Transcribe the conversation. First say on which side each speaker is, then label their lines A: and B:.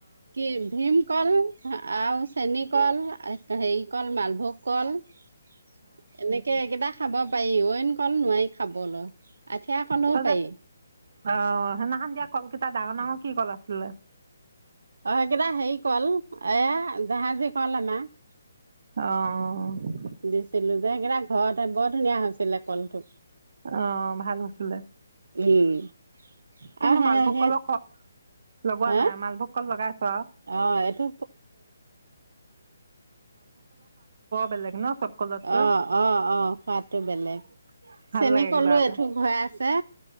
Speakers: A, on the right (about 80°); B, on the right (about 55°).
A: কি ভীম কল আৰু চেন কল হেৰি কল মালভোগ কল এনেকে এইকেইটা খাব পাৰি কল নোৱাৰি খাবলৈ আঠিয়া কলেও
B: ত
A: পাৰি
B: আহ সেইদিনাখন দিয়া কলকেইটা ডাঙৰ ডাঙৰ কি কল আছিলে।
A: অকেইটা হেৰি কল এয়া জাহাজী কল আমাৰ।
B: অ, অ।
A: দিছিলো সেইকেইটা ঘৰতে বৰ ধুনীয়া হৈছিলে কলঠোক।
B: অ ভাল আছিলে
A: উম আৰু
B: কিন্তু
A: সে
B: মালভোগ
A: হে
B: কলৰ লগোৱা
A: হা
B: নাই মালভোগ কল লগাই আছ
A: অ', এইটো
B: বেলেগ ন চব কলতকৈ
A: আহ, আহ, আহ খোৱাতটো বেলেগ।
B: ভাল
A: চেনী
B: লাগে
A: কলো
B: কিবা এটা
A: এইঠোক হৈ আছে